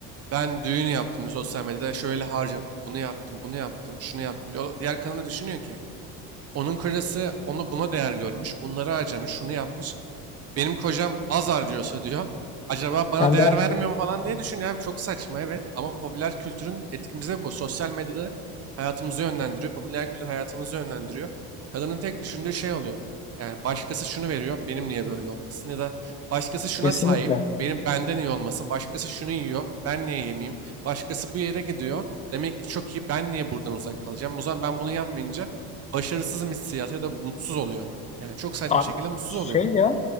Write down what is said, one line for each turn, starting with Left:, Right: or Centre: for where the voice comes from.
Right: ben düğün yaptım diyor sosyal medyada şöyle harcadım. Bunu yaptım, bunu yaptım, şunu yaptım diyor. Diğer kadın da düşünüyor ki onun karısı onu buna değer görmüş. Bunları harcamış, şunu yapmış. benim kocam az harcıyorsa diyor. Acaba bana
Left: Ben
Right: değer
Left: de
Right: vermiyor mu falan diye düşünüyor abi. Çok saçma evet ama popüler kültürün etkimize bu. Sosyal medyada hayatımızı yönlendiriyor. Popüler kültür hayatımızı yönlendiriyor. Kadının tek düşündüğü şey oluyor. Yani başkası şunu veriyor, benim niye böyle olmasın? Ya da başkası şuna
Left: kesinlikle.
Right: sahip, benim benden iyi olmasın. Başkası şunu yiyor, ben niye yemeyeyim? Başkası bu yere gidiyor. Demek ki çok iyi, ben niye buradan uzak kalacağım? O zaman ben bunu yapmayınca başarısızım hissiyatı ya da mutsuz oluyor. Yani çok saçma
Left: Abi
Right: şekilde mutsuz
Left: şey
Right: oluyor.
Left: ya